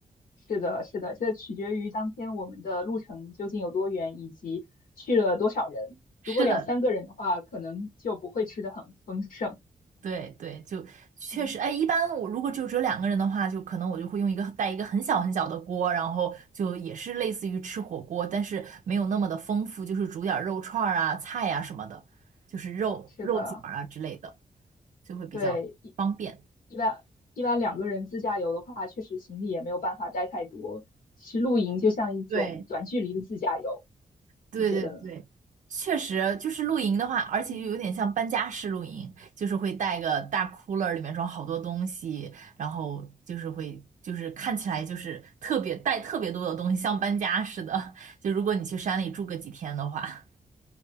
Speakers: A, on the left; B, on the right.
A: 是的，是的，这取决于当天我们的路程究竟有多远，以及去了多少人。
B: 是的，
A: 如果两三个人的话，可能就不会吃的很丰盛。
B: 对对，就确实，
A: 嗯，
B: 哎，一般我如果就只有两个人的话，就可能我就会用一个带一个很小很小的锅，然后就也是类似于吃火锅，但是没有那么的丰富，就是煮点儿肉串儿啊、菜呀、什么的，就是肉肉卷儿啊之类的，
A: 是的，
B: 就会比较。
A: 对。
B: 方便，
A: 一般一般两个人自驾游的话，确实行李也没有办法带太多。其实露营就像一种短距离的自驾游，
B: 对。对对对，
A: 你觉得呢？
B: 确实就是露营的话，而且又有点像搬家式露营，
A: 嗯，
B: 就是会带个大 cooler，里面装好多东西，然后就是会就是看起来就是特别带特别多的东西，像搬家似的。就如果你去山里住个几天的话，